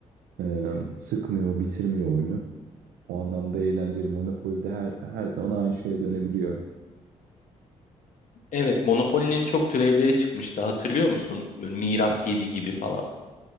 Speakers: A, on the right; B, on the left.
A: e, sıkmıyor, bitirmiyor oyunu. O anlamda eğlenceli. Monopoly'de her, her zaman aynı şeye dönebiliyor.
B: Evet, Monopoly'nin çok türevleri çıkmıştı. Hatırlıyor musun? Böyle Miras 7 gibi falan.